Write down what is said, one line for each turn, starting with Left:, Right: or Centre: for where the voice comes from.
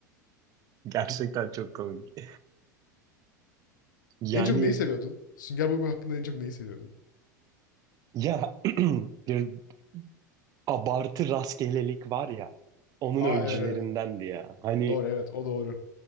Right: <laughs> Gerçekten çok komik. Yani
Left: En çok neyi seviyordun? Sünger Bob hakkında en çok neyi seviyordun?
Right: ya <clears throat> abartı rastgelelik var ya onun
Left: Aa
Right: öncülerindendi
Left: evet evet.
Right: ya. Hani
Left: Doğru evet o doğru.